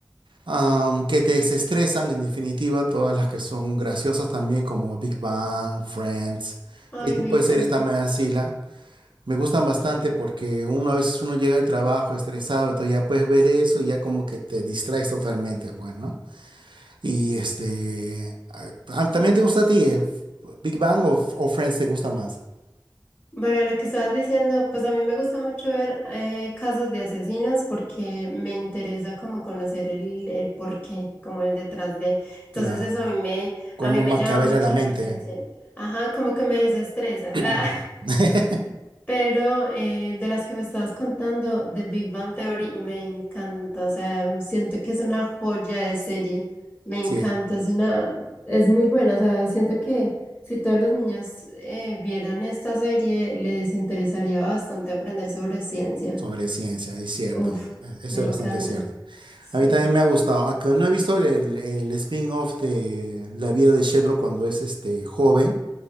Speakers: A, on the right; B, on the left.
A: am, que te desestresan, en definitiva, todas las que son graciosas también, como Big Bang, Friends.
B: Ay,
A: Ese tipo
B: me encanta.
A: de series también así, Me gustan bastante porque uno a veces uno llega al trabajo estresado, entonces ya puedes ver eso y ya como que te distraes totalmente, pues, ¿no? Y este, ah, ¿también te gusta a ti eh, Big Bang o, o Friends te gusta más?
B: Bueno, lo que estabas diciendo, pues a mí me gusta mucho ver eh, casos de asesinos porque me interesa como conocer el, el porqué, como el detrás de. Entonces
A: La,
B: eso a mí me,
A: cómo
B: a mí me
A: maquiavela
B: llama mucho
A: la
B: la
A: mente.
B: atención. Ajá, como que me desestresa.
A: <coughs>
B: <laughs> Ah.
A: <clears throat>
B: Pero eh, de las que me estabas contando, The Big Bang Theory, me encanta. O sea, siento que es una joya de serie. Me encanta,
A: Sí,
B: es una, es muy buena. O sea, siento que si todos los niños eh, vieran esta serie, les interesaría bastante aprender sobre ciencia.
A: sobre ciencia, es cierto.
B: Uf,
A: e- Eso
B: me
A: es
B: encanta.
A: bastante cierto.
B: Sí.
A: A mí también me ha gustado, aunque no he visto el, el spin-off de la vida de Sheldon cuando es este joven.